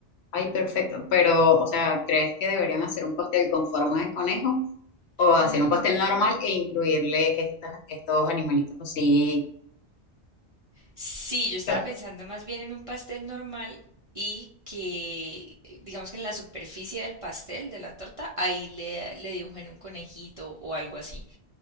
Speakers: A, on the left (about 70°); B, on the right (about 50°).
A: Ay, perfecto. Pero, o sea, ¿crees que deberían hacer un pastel con forma de conejo o hacer
B: Mm,
A: un pastel normal e incluirle estas, estos animalitos así?
B: Sí, yo estaba
A: Lo-
B: pensando más bien en un pastel normal y que, eh, digamos que en la superficie del pastel, de la torta, ahí le, le dibujen un conejito o algo así.